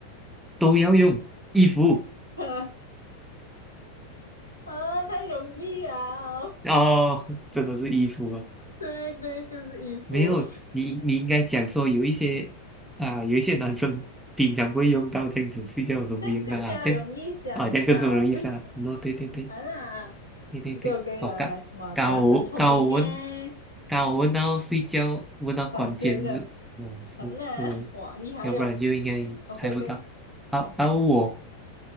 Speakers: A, in the centre; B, on the left.
A: 都要用衣服
B: <laughs> 啊，太容易啊！
A: 哦，<laughs> 真的是衣服啊！
B: <laughs> 对对，就是衣服，
A: 没有，你你应该讲说有一些啊，有一些男生平常不会用到这样子，睡觉的时候会用到啊，
B: <laughs> 这样更加容易想到。
A: 这样啊，这样更容易杀。
B: <laughs>
A: 喏，对对对
B: 啊啦
A: 对对对，
B: ，OK OK，
A: 哦，
B: 来来来，
A: 刚刚我刚我问，
B: 哇，果然很聪明诶，
A: 刚我问到睡觉，问到关键字，
B: 关键了，
A: 嗯，是对，
B: 好啦，<laughs> 哇，厉害哟、
A: 要不然就应该猜不到。
B: 哦 OK OK，
A: 好，到我